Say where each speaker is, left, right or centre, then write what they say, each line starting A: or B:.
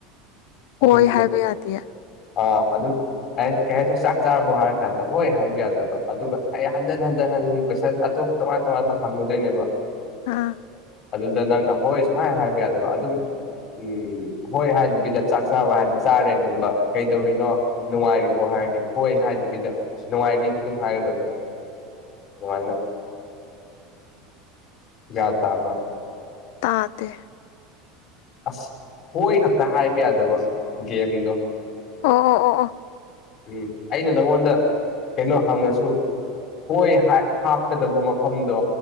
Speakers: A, on the left; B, on the left.
A: ꯍꯣꯏ
B: ꯑꯗꯨꯒꯨꯝꯕ
A: ꯍꯥꯏꯕ ꯌꯥꯗꯦ
B: ꯑꯥ ꯑꯗꯨ ꯑꯩ ꯀꯩ ꯍꯥꯏꯁꯨ ꯆꯥꯛ ꯆꯥꯔꯕꯣ ꯍꯥꯏꯔ ꯀꯥꯟꯗ ꯍꯣꯏ ꯍꯥꯏꯕ ꯌꯥꯗꯕ ꯑꯗꯨꯒ ꯑꯩ ꯍꯟꯖꯤꯟ ꯍꯟꯖꯤꯟ ꯍꯟꯖꯤꯟ ꯀꯣꯏꯁꯟ ꯑꯇꫭꯞ ꯇꯉꯥꯟ ꯇꯣꯉꯟꯕ ꯍꯪꯉꯨꯗꯣꯏꯅꯦꯕ
A: ꯑꯥ
B: ꯑꯗꯨꯗ ꯅꯪꯅ ꯍꯣꯏ ꯁꯨꯡꯍꯥꯏ ꯍꯥꯏꯕ ꯌꯥꯗꯕ ꯑꯗꯨꯝ ꯎꯝ ꯍꯣꯏ ꯍꯥꯏꯗꯤ ꯕꯤꯗ ꯆꯥꯛ ꯆꯥꯕ ꯍꯥꯏꯗꯤ ꯆꯥꯔꯦꯒꯨꯝꯕ ꯀꯩꯗꯧꯔꯤꯅꯣ ꯅꯨꯡꯉꯥꯏꯔꯤ ꯍꯥꯏꯔꯗꯤ ꯍꯣꯏ ꯍꯥꯏꯗꯕꯤꯗ ꯅꯨꯡꯉꯥꯏꯔꯤ ꯑꯗꯨꯝ ꯍꯥꯏꯒꯗꯕꯗꯣ ꯑꯗꯨꯃꯥꯏꯅ ꯒ꯭ꯌꯥꯟ ꯇꯥꯕꯔꯥ
A: ꯇꯥꯗ‌ꯦ
B: ꯑꯁ ꯍꯣꯏ ꯈꯛꯇ ꯍꯥꯏꯕ ꯌꯥꯗꯕ ꯒꯦꯝꯗꯣ
A: ꯑꫭ ꯑꫭ ꯑꫭ ꯑꫭ
B: ꯎꯝ ꯑꯩꯅ ꯅꯪꯉꯣꯟꯗ ꯀꯩꯅꯣ ꯍꯪꯉꯁꯨ ꯍꯣꯏ ꯍꯥꯞ ꯍꯥꯞꯀꯗꯕ ꯃꯐꯝꯗꯣ